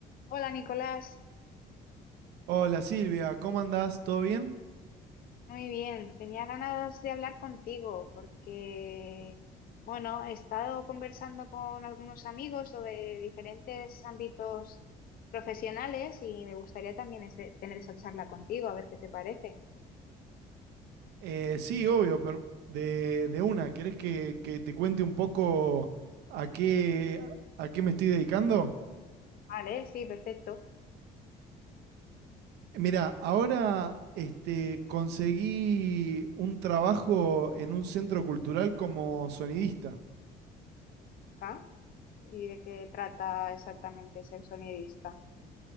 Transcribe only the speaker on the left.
Hola Nicolás,
muy bien. Tenía ganas de hablar contigo porque, bueno, he estado conversando con algunos amigos sobre diferentes ámbitos profesionales y me gustaría también ese- tener esa charla contigo, a ver qué te parece.
Vale, sí, perfecto.
Ajá. ¿Y de qué trata exactamente ser sonidista?